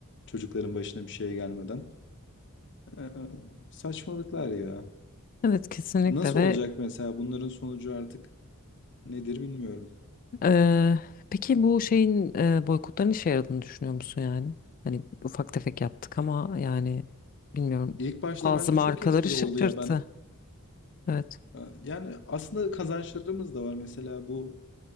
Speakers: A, on the left; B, on the left.
A: çocukların başına bir şey gelmeden. Ee, saçmalıklar ya.
B: Evet kesinlikle
A: Nasıl
B: ve
A: olacak mesela bunların sonucu artık nedir bilmiyorum.
B: eee, peki bu şeyin eee, boykotların işe yaradığını düşünüyor musun yani? Hani ufak tefek yaptık ama yani bilmiyorum
A: İlk başta
B: bazı
A: bence
B: markaları
A: çok etkili
B: şaşırttı.
A: oldu ya ben
B: Evet.
A: e, yani aslında kazançlarımız da var mesela bu